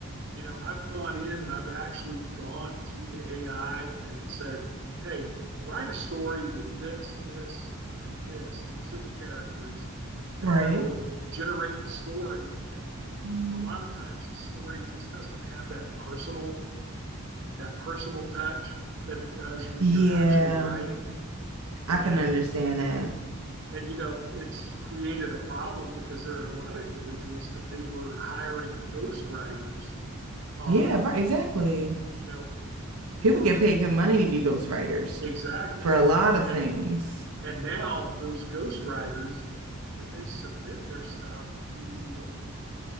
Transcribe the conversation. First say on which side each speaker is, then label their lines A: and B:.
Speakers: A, on the right; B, on the right.
A: you know, I've gone in and I've actually gone to the AI and said, hey, write a story with this, this, and this. These are the characters. And
B: right?
A: then it'll generate the story. And
B: Mm.
A: a lot of times the story just doesn't have that personal, that personal touch that it does when
B: Yeah,
A: you're actually writing.
B: I
A: And
B: can understand that.
A: and you know, it's created a problem because there are a lot of individuals that they were hiring ghost writers on,
B: Yeah, right, exactly.
A: you know,
B: People
A: on
B: get paid good money to be ghostwriters
A: Exactly.
B: for a lot of
A: And
B: things.
A: and now those ghost writers, when they submit their stuff to